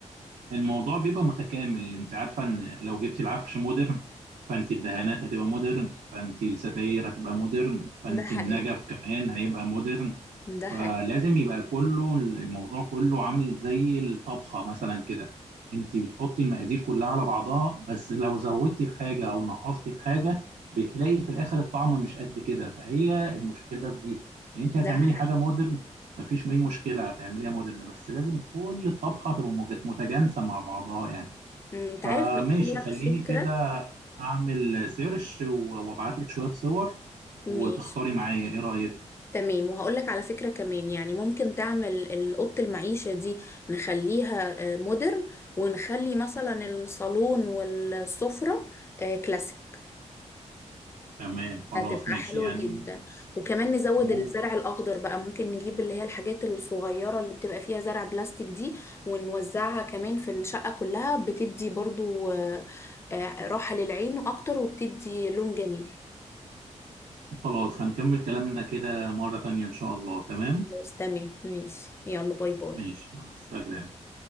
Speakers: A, on the right; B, on the left.
A: الموضوع بيبقى متكامل انت عارفه ان لو جبتي العفش مودرن فانت الدهانات هتبقى مودرن فانت الستاير هتبقى مودرن فانت
B: ده حقيقي
A: النجف كمان هيبقى مودرن
B: ده حقيقي
A: فلازم يبقى كله الموضوع كله عامل زي الطبخة مثلا كده انت بتحطي المقادير كلها على بعضها بس لو زودتي في حاجة او نقصتي في حاجة بتلاقي في الاخر الطعم مش قد كده فهي المشكلة في دي يعني انت
B: ده
A: هتعملي
B: حقيقي
A: حاجة مودرن مفيش اي مشكلة هتعمليها مودرن بس لازم كل الطبخة تبقى مت- متجانسة مع بعضها يعني
B: أمم، انت
A: فماشي
B: عارف اقول لك
A: خليني
B: فكره
A: كده اعمل سيرش و- وابعت لك شوية صور
B: ماشي
A: وتختاري معايا ايه رأيك
B: تمام وهقولك على فكرة كمان يعني ممكن تعمل ال- أوضة المعيشة دي نخليها آه، مودرن ونخلي مثلا الصالون والسفرة آه، كلاسيك
A: تمام خلاص
B: هتبقى
A: ماشي
B: حلوة
A: يعني
B: جدا وكمان نزود
A: ممكن
B: الزرع الأخضر بقى ممكن نجيب اللي هي الحاجات الصغيرة اللي بتبقى فيها زرع بلاستيك دي ونوزعها كمان في الشقة كلها بتدي برضو آه، آه، راحة للعين أكتر وبتدي لون جميل
A: خلاص هنكمل كلامنا كده مرة تانية إن شاء الله تمام
B: خلاص تمام ماشي يلا باي باي
A: ماشي مع السلامة